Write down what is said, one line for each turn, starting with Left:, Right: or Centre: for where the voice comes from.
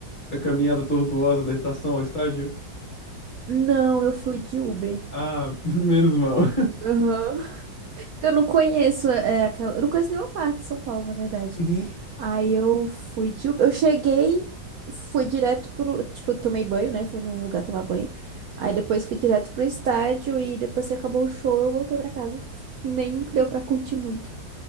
Left: A caminhada tortuosa da estação ao estádio?
Right: Não, eu fui de Uber.
Left: Ah, <laughs> menos mal.
Right: Aham. Porque eu não conheço é, aquela. Eu não conheço nenhuma parte de São Paulo, na verdade.
Left: <laughs>
Right: Aí eu fui de Uber. Eu cheguei, fui direto pro. Tipo, eu tomei banho, né? Fui num lugar tomar banho. Aí depois fui direto pro estádio e depois que acabou o show, eu voltei pra casa. Nem deu pra curtir muito.